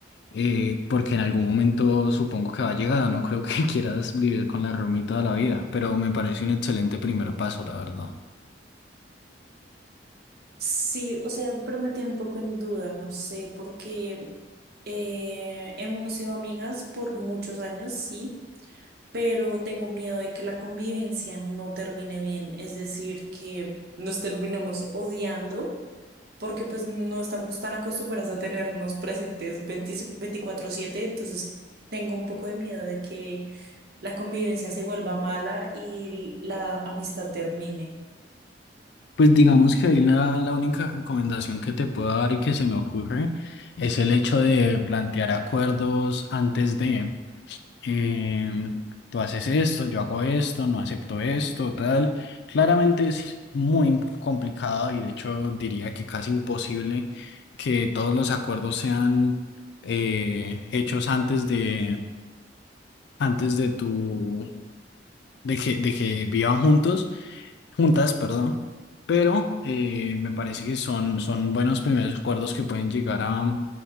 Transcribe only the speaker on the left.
eh, porque en algún momento supongo que va a llegar, no creo que <laughs> quieras vivir con la roomie toda la vida, pero me parece un excelente primer paso, la verdad.
Pues digamos que ahí la, la única recomendación que te puedo dar y que se me ocurre es el hecho de plantear acuerdos antes de, em, tú haces esto, yo hago esto, no acepto esto, tal. Claramente es muy complicado y de hecho diría que casi imposible que todos los acuerdos sean eh, hechos antes de, antes de tu, de que, de que vivan juntos juntas, perdón, pero eh, me parece que son, son buenos primeros acuerdos que pueden llegar a,